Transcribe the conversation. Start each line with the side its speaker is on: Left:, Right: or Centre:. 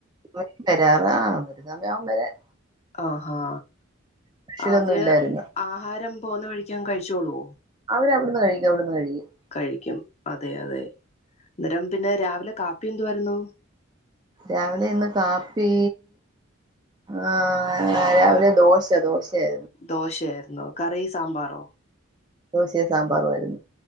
Right: വരും വരാറാ ഒരു സമ യാവും വരാൻ
Left: ആ ഹാ
Right: സ്പെഷ്യലൊന്നും
Left: അവര്
Right: ഇല്ലായിരുന്നു
Left: ആഹാരം പോവുന്ന വഴിക്ക് അങ് കഴിച്ചോളോ
Right: അവരവിടുന്ന് കഴിക്കും അവിടുന്ന് കഴിക്കും
Left: കഴിക്കും അതെ അതെ അന്നേരം പിന്നെ രാവിലെ കാ ഇപ്പ എന്തുവാരുന്നു
Right: രാവിലെ ഇന്ന് കാപ്പി ആ രാവിലെ ദോശ ദോശയാ
Left: ദോശയായിരുന്നോ? കറി, സാമ്പാറോ?
Right: ദോശേം സാമ്പാറു ആരുന്നു.